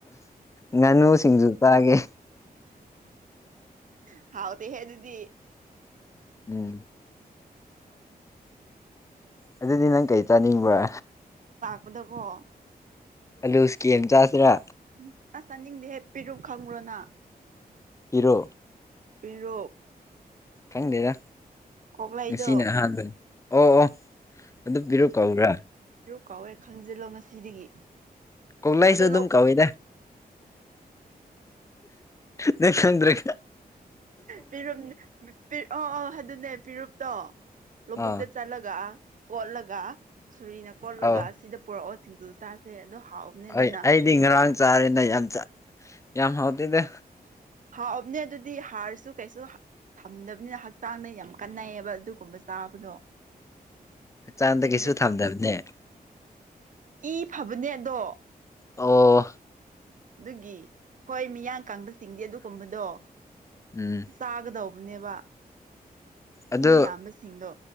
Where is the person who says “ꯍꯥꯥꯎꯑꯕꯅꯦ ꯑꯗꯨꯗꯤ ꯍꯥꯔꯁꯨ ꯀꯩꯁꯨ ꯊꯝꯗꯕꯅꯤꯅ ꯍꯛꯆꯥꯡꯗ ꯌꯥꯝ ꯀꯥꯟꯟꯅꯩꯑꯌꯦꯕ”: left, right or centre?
Right